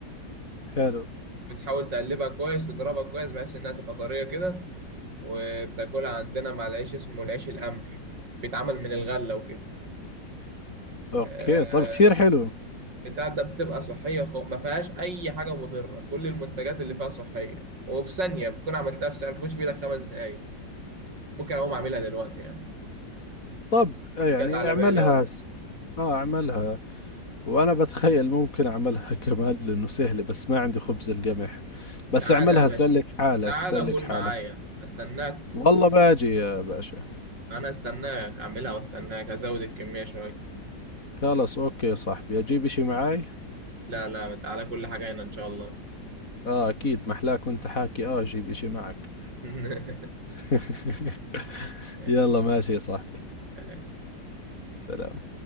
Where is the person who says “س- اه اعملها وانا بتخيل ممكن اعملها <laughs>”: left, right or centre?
Left